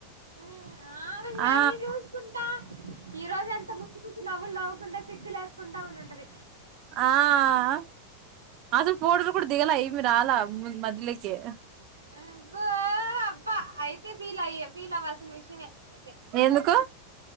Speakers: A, on the right (about 80°); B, on the right (about 40°).
A: ఆహ్ ఆహ్ ఆమె
B: ఆ
A: అయ్యి చూసుకుంటా ఈ రోజు ఎంత ముసి ముసి నవ్వులు నవ్వుకుంట సిగ్గులేసుకుంటా ఉండుంటది.
B: ఆహ్ అసలు పోటోలు కూడా దిగలా ఇయి మే రాల మద్యలోకి
A: అబ్బో అబ్బా అయితే ఫీలయ్యే ఫీల్ అవ్వాల్సిన విషయమే అయితే
B: ఎందుకు